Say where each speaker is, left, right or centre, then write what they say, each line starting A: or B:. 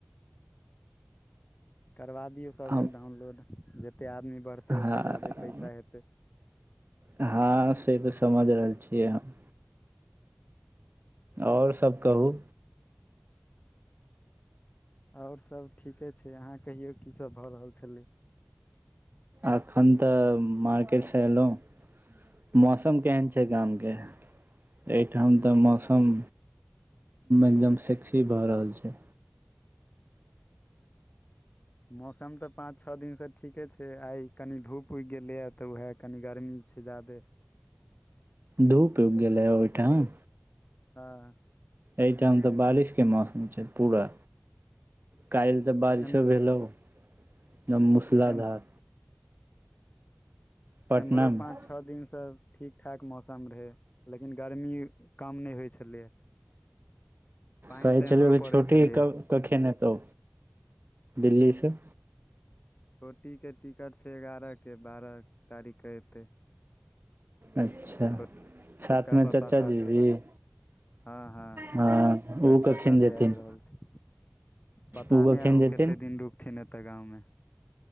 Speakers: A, on the left (about 40°); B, on the right (about 60°).
A: करबा दियौ सभसँ
B: हम
A: डाउनलोड, जते आदमी बढ़तै
B: हँ
A: ओते जादे पैसा हेतै।
B: हँ, से तऽ बुझि रहल छियै हम। आओर सभ कहू
A: आओर सभ ठीके छै, अहाँ कहियौ, की सभ भऽ रहल छलै?
B: अखन तऽ मार्केट से एलहुँ। मौसम केहन छै गामके एहिठाम तऽ मौसम एकदम सेक्सी भऽ रहल छै।
A: मौसम तऽ पाँच छओ दिन से ठीके छै। आइ कनी धूप उगि गेलैए तऽ उएह कनि गरमी छै। जादे
B: धूप गई गेलय ओहिठाम?
A: हँ
B: एहिठाम तऽ बारिशके मौसम छै पूरा काल्हि तऽ बारिशो
A: एम
B: भेल रहु मूसलाधार
A: एम
B: पटनामे
A: एम्हरो पाँच छ दिनसँ ठीक ठाक मौसम रहै, लेकिन गर्मी। काम नहि होइ छलैए। पानि
B: कहै
A: तऽ
B: छलु
A: एम्हरो पड़ै
B: छोटी
A: छलैए
B: कब कखे एतो दिल्ली से।
A: छोटीके टिकट छै, एगारहके बारह तारीखके एतै।
B: अच्छा,
A: छोट छोटका
B: साथमे
A: पापा
B: चचा
A: साथे
B: जी सेहो?
A: हँ हँ
B: हँ
A: चच्चा
B: ओ कखिन
A: साथे
B: जेथिन
A: आबि रहल छै पता
B: ओ कखन
A: नहि आब उ
B: जेथिन
A: कतेक दिन रुकथिन एतऽ गाँवमे